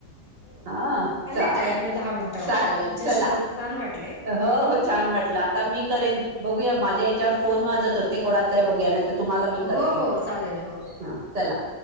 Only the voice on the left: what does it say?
हो
झालेय
ताई आपले दहा मिनिटं
तुमच्या
शी बोलूंन छान वाटले
हो
हो चालेल हो